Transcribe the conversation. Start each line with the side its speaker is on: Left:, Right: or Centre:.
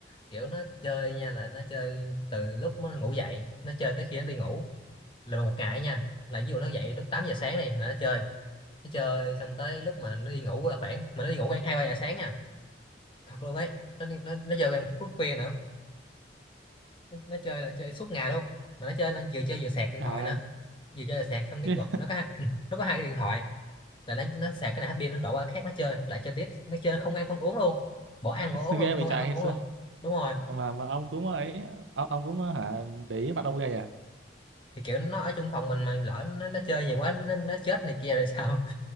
Left: kiểu nó chơi nha là nó chơi từ lúc nó ngủ dậy nó chơi tới khi nó đi ngủ là một ngày ấy nha là ví dụ nó dậy lúc 8 giờ sáng đi là nó chơi nó chơi xong tới lúc mà nó đi ngủ là khoảng mà nó đi ngủ khoảng hai ba giờ sáng nha thật luôn ấy nó nó, nó chơi khoảng phút khuya nữa nó, nó chơi là nó chơi suốt ngày luôn mà nó chơi nó vừa chơi vừa sạc điện
Right: trời
Left: thoại nữa
Right: ơi
Left: vừa chơi vừa sạc xong
Right: Chứ
Left: cái quật nó có hai, ừ, nó có hai cái điện thoại là nó nó sạc cái này hết pin nó đổ qua cái khác nó chơi lại chơi tiếp nó chơi không ăn không uống luôn bỏ ăn
Right: <laughs>
Left: bỏ uống luôn
Right: ghê
Left: không
Right: vậy trời
Left: ăn không
Right: hay
Left: uống
Right: sao
Left: luôn đúng rồi
Right: mà mà ông cũng ấy ông, ông cũng hả để ý mặt ông ghê à
Left: thì kiểu nó ở trong phòng mình mà lỡ nó, nó chơi nhiều quá nó, nó chết này kia rồi sao